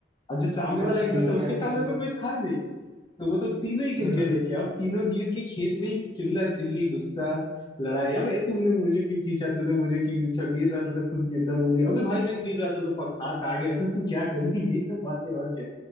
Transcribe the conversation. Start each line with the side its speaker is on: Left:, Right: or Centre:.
Left: और जो सामने
Right: चलो
Left: वाला एकदम
Right: ठीक
Left: था उसके
Right: है अभी
Left: सामने
Right: तो
Left: तो कोई था नहीं तो वो तो तीनों ही गिर
Right: हाँ
Left: गया
Right: हाँ
Left: लेके अब तीनों गिर के खेत में ही चिल्ला चिल्ली गुस्सा लड़ाई अब ए तुमने मुझे क्यों खींचा तूने मुझे क्यों खींचा गिर रहा था तो खुद गिरता मुझे अबे भाई मैं गिर रहा था तो पक हाथ आ गया तो तू क्या कर रही है? <laughs> यही सब बातें और क्या